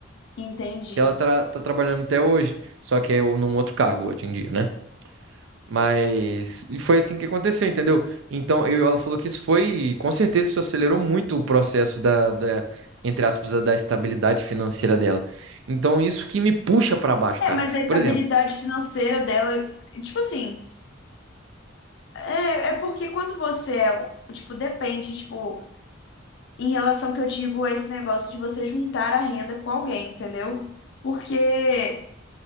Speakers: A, on the left; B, on the right.
A: entendi.
B: que ela tá, tá trabalhando até hoje, só que é num outro cargo hoje em dia, né? Mas e foi assim que aconteceu, entendeu? Então, eu, ela falou que isso foi, com certeza, isso acelerou muito o processo da, da, entre aspas, da estabilidade financeira dela. Então, isso que me puxa para baixo,
A: É,
B: cara.
A: mas a estabilidade
B: Por exemplo,
A: financeira dela, tipo assim, é, é porque quando você é, tipo, depende, tipo, em relação que eu digo a esse negócio de você juntar a renda com alguém, entendeu? Porque